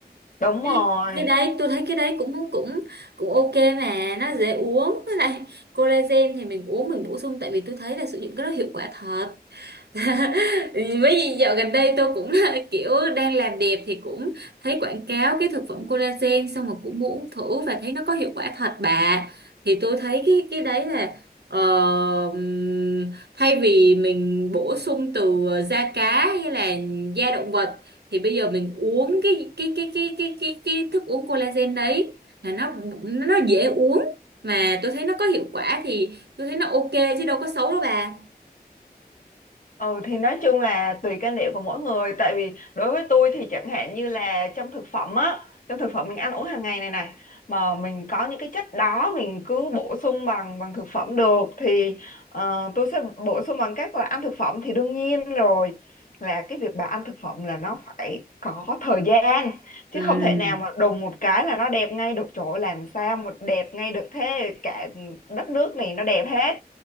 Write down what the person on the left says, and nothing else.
đúng
rồi
Ừ thì nói chung là tùy quan điểm của mỗi người tại vì đối với tôi thì chẳng hạn như là trong thực phẩm á trong thực phẩm mình ăn uống hàng ngày này này mà mình có những cái chất đó mình cứ bổ sung bằng bằng thực phẩm được thì ờ, tôi sẽ bổ sung bằng cách là ăn thực phẩm thì đương nhiên rồi là cái việc bà ăn thực phẩm là nó phải có thời gian chứ
không thể nào mà đùng một cái là nó đẹp ngay được chỗ làm sao mà đẹp ngay được thế cả đất nước này nó đẹp hết